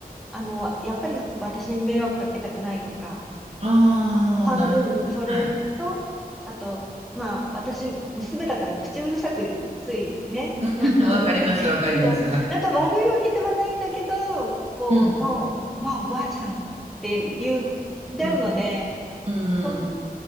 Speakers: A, in the centre; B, on the right (about 40°).
A: あの、やっぱり私に迷惑かけたくないとか、
B: ああ、
A: 半分、
B: なるほどね。
A: それと、
B: はい。
A: あと、まあ、私、娘だから口うるさく、ついね、
B: うんわかります、
A: <laughs> なんか、ね、
B: わかります。
A: そう、
B: はい。
A: なんか悪いわけではないんだけど、こう、
B: うん、
A: もう、まあ、おばあちゃんって言っちゃうので、
B: うん、うん、
A: そう